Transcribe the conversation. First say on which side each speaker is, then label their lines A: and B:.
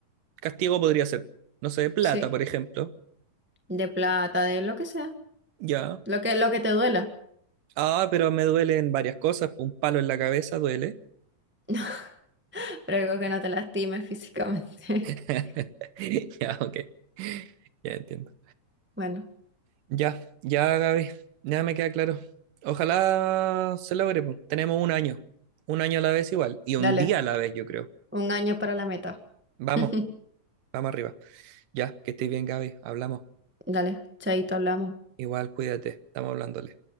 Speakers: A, on the right (about 85°); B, on the right (about 20°).
A: Castigo podría ser, no sé, plata,
B: sí.
A: por ejemplo.
B: De plata, de lo que sea.
A: Ya.
B: Lo que, lo que te duela.
A: Ah, pero me duelen varias cosas. Un palo en la cabeza duele.
B: <laughs> Pero algo que no te lastime físicamente.
A: <laughs>
B: <laughs>
A: Ya, ok. Ya entiendo.
B: Bueno,
A: Ya, ya, Gaby. Ya me queda claro. Ojalá se logre. po. Tenemos un año. Un año a la vez igual. Y un
B: dale.
A: día a la vez, yo creo.
B: Un año para la meta.
A: Vamos.
B: <laughs>
A: Vamos arriba. Ya, que estés bien, Gaby. Hablamos.
B: Dale, chaito, hablamos.
A: Igual, cuídate. Estamos hablándole.